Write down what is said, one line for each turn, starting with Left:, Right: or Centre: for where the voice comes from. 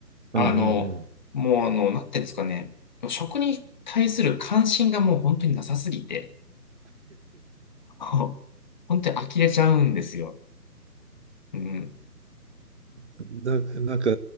Left: あの、
Right: うんうんうん。
Left: もう、あの、なんていうんですかね。食に対する関心がもう本当になさすぎて、そう本当に呆れちゃうんですよ。うん。
Right: <laughs> な、なんか、